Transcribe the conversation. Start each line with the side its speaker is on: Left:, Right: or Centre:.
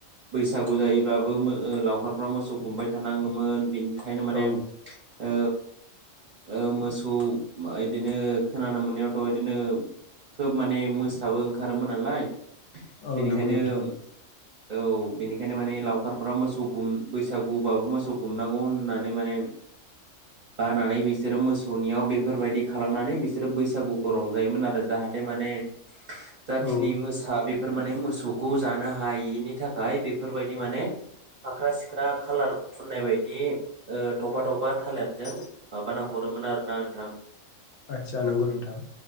Right: बैसागु जायोबाबो ओम लावखारफोरा मोसौ गुमबाय थानाङोमोन बिनि ओंखायनो माने
Left: औ
Right: ओ ओ मोस खौ मायदिनो खोनानो मोननायावथ' इदिनो खोब माने मोसाबो ओंखारोमोन नालाय
Left: औ
Right: बेनिखायनो
Left: नंगौ नोंथां।
Right: औ बेनिखायनो माने लावखारफोरा मोसौ गुम बैसागुबाबो मोसौ गुमनांगौ होननानै माने बानानै बिसोरो मोसौ सनियाव बेफोरबायदि खालामनानै बिसोरो बैसागुखौ रंजायोमोन आरो जाहाथे माने जाखिनि
Left: औ
Right: मोसा बेफोर माने मोसा थौखौ जानो हायिनि थाखाय बेफोरबायदि माने फाख्रा सिख्रा खालार फुननाय बायदि ओ थफा थफा थालिरजों माबाना हरोमोन आरो। ना नोंथां।
Left: आदसा नंगौ नोंथां।